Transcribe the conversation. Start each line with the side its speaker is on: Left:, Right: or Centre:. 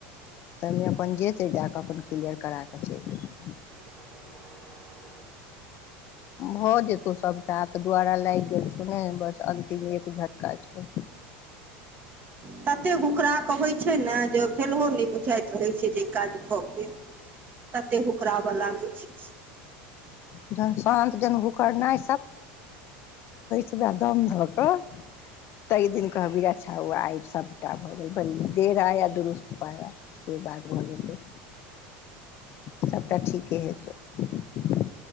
Left: तऽ ओहिमे अपन जेतै, जा कऽ अपन क्लियर करा कऽ चलि जेयतै।
Right: <unintelligible>
Left: भऽ जेतौ सभटा, तऽ दुआरा लागि गेल छौ। सु ने बस अन्तिम एक झटका छो।
Right: तते हुकरा के होैइ छै ने, जे भेलहो नहि बुझाइत रहै छै जे ई काज भऽ गेल। ततेक हुकरावलागे छै।
Left: जहन शान्त जहन हुकरनाइ पूरा दम ध क। तहि दिन कहबी, अच्छा! ओ आइ सबटा भऽ गेल, बंद देर आया दुरुस्त पया। बात भऽ जेतौ।
Right: <unintelligible>
Left: सभटा ठीके हेतौ <inaudible>